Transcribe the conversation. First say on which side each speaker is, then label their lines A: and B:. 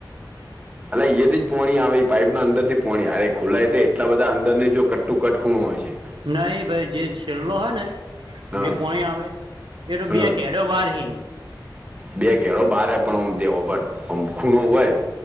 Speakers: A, on the right (about 20°); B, on the right (about 85°).
A: અ એ થી જ પોણી આવે પાઈપના અંદર થી પોણી અરે ખુલ્લાયટલે એટલા બધા અંદર ને જો કટ ટુ કટ ખૂણું હોય છે.
B: નહી ભઈ જે છેલ્લો હોય ને
A: હા
B: જે પોણી આવે. એ તો
A: હા
B: બે કેડો વાર હી.
A: બે ઘેડો બાર હે પણ ઓમ દેવ હોમભળ આમ ખૂણો હોય